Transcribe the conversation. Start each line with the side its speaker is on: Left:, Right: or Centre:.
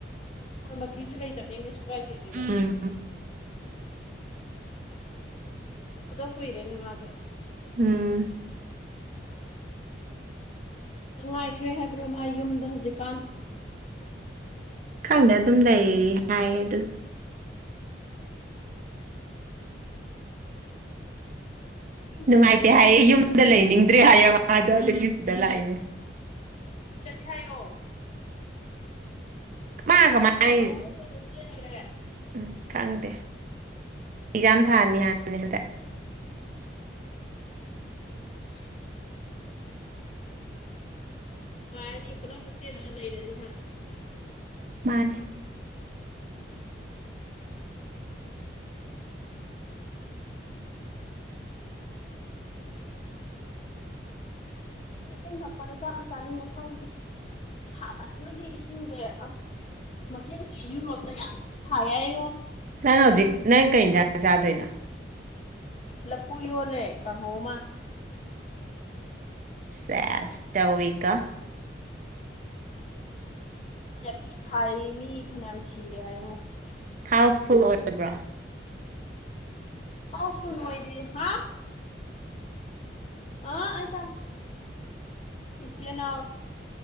Left: ꯍꯣꯏ ꯃꯤꯁꯨ ꯂꯩꯇꯕꯅꯤꯅ ꯀꯩꯁꯨ ꯀꯥꯏꯗꯦ ꯑꯗꯨꯗ
Right: ꯎꯝ
Left: ꯎꯗ ꯀꯏꯔꯦꯅꯤ ꯃꯥꯁꯨ
Right: ꯎꯝ
Left: ꯅꯨꯡꯉꯥꯏꯈ꯭ꯔꯦ ꯍꯥꯏꯕ꯭ꯔꯣ ꯃꯥ ꯌꯨꯝꯗ ꯍꯧꯖꯤꯛꯀꯥꯟ
Right: ꯪꯗ ꯑꯗꯨꯝ ꯂꯩ ꯍꯥꯏ ꯑꯗꯨ
Left: ꯏꯁꯤꯡꯁꯨ
Right: ꯅꯨꯡꯉꯥꯏꯇꯦ
Left: ꯊꯛꯄꯗ
Right: ꯍꯥꯏꯌꯦꯦ
Left: ꯊꯛꯄꯗ
Right: ꯌꯨꯝꯗ ꯂꯩꯅꯤꯡꯗ꯭ꯔꯦ ꯍꯥꯏꯌꯦ ꯃꯉꯥꯗꯣ ꯑꯗꯨꯒꯤ ꯁꯤꯗ ꯂꯥꯛꯏꯅꯦ
Left: ꯍꯥꯏꯣ
Right: ꯃꯥ ꯀꯃꯥꯏ
Left: ꯑ ꯅꯪꯅꯤ꯭ꯔꯦ
Right: ꯎꯝ ꯈꯪꯗꯦ ꯑꯦꯛꯖꯥꯝ ꯊꯥꯅꯤ ꯍꯥꯏꯕꯅꯤ ꯍꯟꯗꯛ
Left: ꯑ ꯉꯅꯤ ꯏꯂ ꯈꯨꯁꯤꯤꯉ ꯇꯩꯔꯗꯤ ꯍꯥ
Right: ꯃꯥꯅꯦ
Left: ꯏꯁꯤꯡ ꯊꯛꯄꯗ ꯆꯥꯛꯀ ꯆꯥꯅꯤꯡꯕ ꯐꯥꯎꯗ꯭ꯔꯦ ꯁꯥꯕꯗꯨꯒꯤ ꯏꯁꯤꯡꯁꯦ ꯑ ꯃꯈꯦꯜ ꯍꯧ ꯌꯨꯔꯣꯞꯇ ꯌꯥꯝ ꯊꯤꯅ ꯁꯥꯏ ꯌꯥꯏꯉꯣ
Right: ꯅꯪ ꯍꯧꯖꯤꯛ ꯅꯪ ꯀꯩꯖꯅ ꯆꯥꯗꯣꯏꯅ
Left: ꯂꯐꯨ ꯌꯣꯜꯂꯦ ꯀꯥꯡꯍꯧꯃ
Right: ꯁ ꯁꯧꯋ ꯀ
Left: ꯊꯤ ꯁꯥꯏ ꯃꯤ ꯐꯅꯌꯥꯝ ꯁꯤꯔꯦ ꯍꯥꯏꯃꯨ
Right: ꯍꯥꯎꯁ ꯐꯨꯜ ꯑꯣꯏꯕ꯭ꯔꯥ
Left: ꯍꯥꯎꯁ ꯐꯜ ꯑꯣꯏꯣꯏꯗ ꯍꯥ ꯑ ꯑꯩꯁ ꯏꯆꯦꯅ